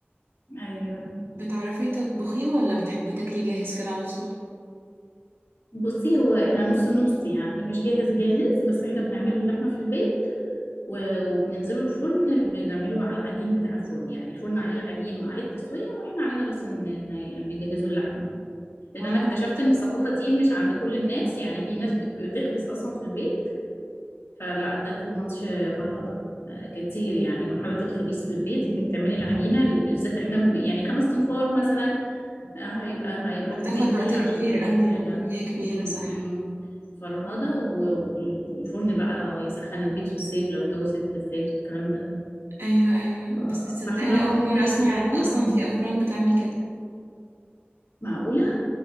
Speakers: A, on the left; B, on the right.
A: ايوه
B: بتعرفي تطبخيه ولا بتحبيه تاكليه جاهز كده على طول؟
A: بصي هو احنا نص نص يعني مش جاهز جاهز بس احنا بنعمله اللحمه في البيت و- وبننزله الفرن بنعمله على العجين بتاع الفرن يعني الفرن عليه العجين وعليه التسويه واحنا علينا بس ان إن- نجهزه اللحمه لان
B: اه
A: انا اكتشفت ان الثقافه دي مش عند كل الناس يعني في ناس بت- بتخبز اصلا في البيت فلا ده تو ماتش فرهضة آه، كتير يعني مرحلة الخبيث في البيت انك تعملي العجينة بالذات احنا ب- يعني خمس تنفار مثلا آه، هيبقى هيبقى
B: يعني
A: كمية
B: هتاخد
A: كبيرة
B: وقت كبير
A: عشان تعملي
B: قوي
A: كل
B: وكمية
A: ده
B: كبيرة
A: امم
B: صح
A: امم فرهضة و- وال- والفرن بقى ويسخن البيت في الصيف لو الجو صيف بالذات والكلام ده
B: ايوه ايوه
A: ف-
B: بس تصدقي
A: فاحنا بقى
B: انا اول
A: بنجهز
B: مرة اسمع
A: اللحمة
B: ان اصلا
A: اه
B: في افران بتعمل كده
A: معقولة